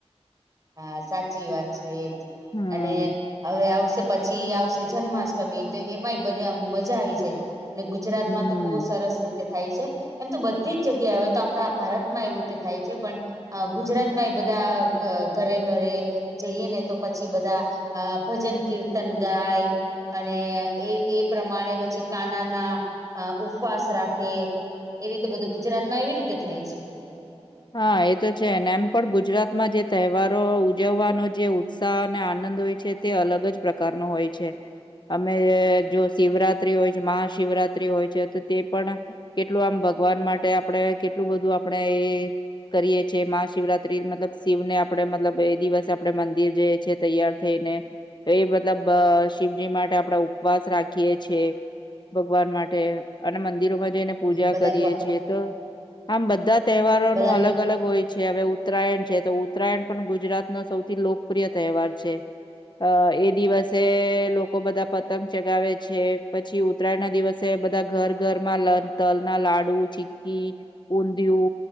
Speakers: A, on the right; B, on the left.
A: હા સાચી વાત છે એજ
B: હમ્મ.
A: અને હવે આવશે. પછી આવશે જન્માષ્ટમી તો એમાંય બધે આમ મજા આવી જાય ને ગુજરાતમાં
B: હમ્મ.
A: તો બહ સરસ રીતે થાય છે. એમ તો બધી જ જગ્યા હોય તો આખા ભારતમાં એવું તે થાય છે પણ અ ગુજરાત માં એ બધા ઘરે ઘરે જઈએ ને તો પછી બધા અ ભજન કીર્તન ગાય અને એ એ પ્રમાણે પછી કાનાના ઉપવાસ રાખે એવી રીતે બધું ગુજરાત માં એવી રીતે થાય છે.
B: હા એ તો છે ને એમ પણ ગુજરાતમાં જે તહેવારો ઉજવવાનો જે ઉત્સાહ અને આનંદ હોય છે. તે અલગ જ પ્રકાર ન હોય છે. અમે જો શિવરાત્રી હોય છે મહાશિવરાત્રી હોય છે તો તે પણ કેટલું આમ ભગવાન માટે આપણેે કેટલું બધું આપણેે એ કરીએ છીએ મહા શિવરાત્રી મતલબ શિવ ને આપણેે મતલબ એ દિવસ આપણેે મંદિર જે છી તૈયાર થઈને તો એ મતલબ શિવજી માટે આપણે ઉપવાસ રાખીએીએ ભગવાન માટે અને મંદિરોમાં ને પૂજા
A: બધા
B: કરીએ છીએ તો આમ બધા તહેવારો
A: બધા
B: ન અલગ અલગ અલગ હોય છે હવે ઉત્તરાયણ છે તો ઉત્તરાયણ પણ ગુજરાત ન સૌથી લોકપ્રિય તહેવાર છે. અ એ દિવસે લોકો બધા પતંગ ચગાવે છે પછી ઉત્તરાય ના દિવસે બધા ઘર ઘરમાં લ તલ ના લાડુ ચીકી-' ઉઘીયુ